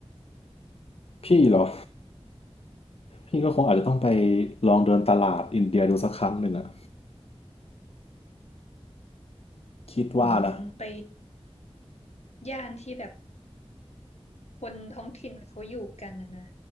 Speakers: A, on the left; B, on the left.
A: พี่เหรอ พี่ก็คงอาจจะต้องไปลองเดินตลาดอินเดียดูสักครั้งหนึ่งอะคิดว่านะ
B: อืมไปย่านที่แบบคนท้องถิ่นเขาอยู่กันนะนะ